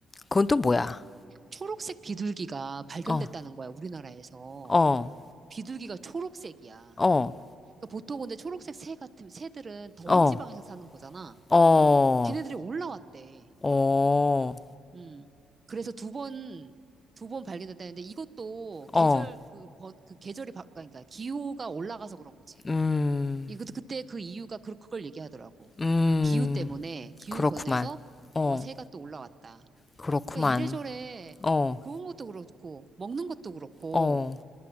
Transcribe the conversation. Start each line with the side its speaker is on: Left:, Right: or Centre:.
Left: 그건 또 뭐야?
Right: 초록색 비둘기가 발견됐다는
Left: 어,
Right: 거야, 우리나라에서.
Left: 어,
Right: 비둘기가 초록색이야.
Left: 어,
Right: 그러니까 보통 근데 초록색 새 같은 새들은 더운
Left: 어,
Right: 지방에서 사는 거잖아.
Left: 어,
Right: 걔네들이 올라왔대.
Left: 어,
Right: 음. 그래서 두 번, 두 번 발견됐다는데 이것도 계절,
Left: 어,
Right: 그 번, 그 계절이 바, 그러니까 기후가 올라가서 그런 거지.
Left: 음,
Right: 이도 그때 그 이유가 그, 그걸 얘기하더라고.
Left: 음,
Right: 기후 때문에, 기후
Left: 그렇구만.
Right: 변해서
Left: 어,
Right: 어, 새가 또 올라왔다.
Left: 그렇구만.
Right: 그러니까 이래저래
Left: 어,
Right: 그런 것도 그렇고, 먹는 것도 그렇고,
Left: 어.